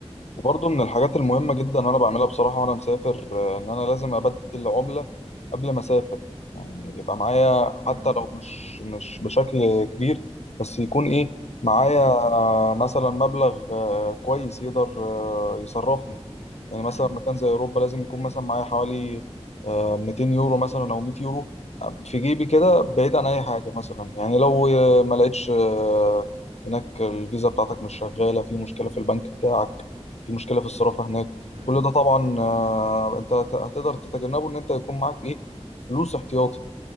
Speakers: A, on the left; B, on the right.
A: وبرضه من الحاجات المهمه جدا انا بعملها بصراحه وانا مسافر آه، ان انا لازم ابدل عمله قبل ما اسافر يعني يبقى معايا حتى
B: مم.
A: لو مش مش بشكل كبير بس يكون ايه معايا
B: مم.
A: آه، مثلا مبلغ آه، كويس يقدر آه، يصرفني يعني مثلا
B: مم.
A: مكان زي اوروبا لازم يكون
B: مم.
A: مثلا معايا حوالي آه، 200 يورو مثلا او 100 يورو آه، في جيبي كده بعيد عن اي حاجه مثلا يعني لو آه، ما لقيتش آه، هناك الفيزا بتاعتك مش شغاله في مشكله في البنك بتاعك في مشكله في الصرافه هناك
B: مم.
A: كل ده طبعا آه، انت هت-
B: مم.
A: هتقدر تتجنبه ان انت يكون معاك ايه فلوس احتياطي